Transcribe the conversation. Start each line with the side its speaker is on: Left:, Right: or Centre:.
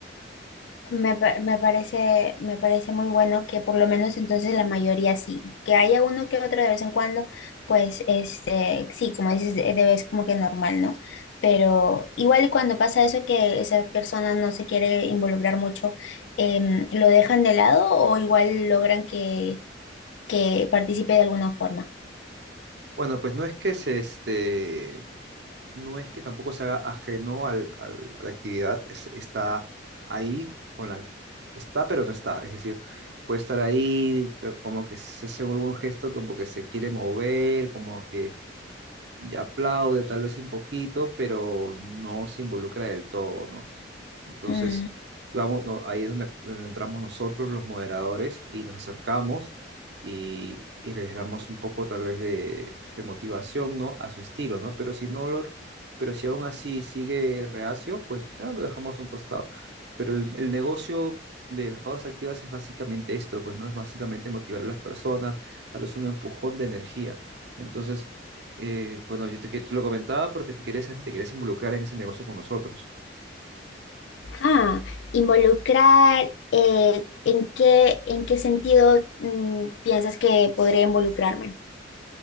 Left: Me, pa- me parece, me parece muy bueno que por lo menos entonces la mayoría sí, que haya uno que otro de vez en cuando, pues este, sí, como dices, de- de- es como que normal, ¿no? Pero igual y cuando pasa eso que esa persona no se quiere involucrar mucho, em, ¿lo dejan de lado o igual logran que, que participe de alguna forma?
Right: Bueno, pues no es que se, este, no es que tampoco se haga ajeno al, al- a la actividad, es- está ahí, con la, está pero no está, es decir, puede estar ahí, pero como que se hace algún gesto, como que se quiere mover, como que aplaude tal vez un poquito, pero no se involucra del todo, ¿no? Entonces,
Left: Mm,
Right: vamos, no, ahí es donde, donde entramos nosotros, los moderadores, y nos acercamos y, y les damos un poco tal vez de, de motivación, ¿no? A su estilo, ¿no? Pero si no lo, pero si aún así sigue reacio, pues ya lo dejamos a un costado. Pero el, el negocio de las pausas activas es básicamente esto, pues, ¿no? Es básicamente motivar a las personas, darles un empujón de energía. Entonces, eh, bueno, yo te, que- te lo comentaba porque te quería saber si te querías involucrar en ese negocio con nosotros.
Left: ah, involucrar, eh, ¿en qué, en qué sentido, mm, piensas que podría involucrarme?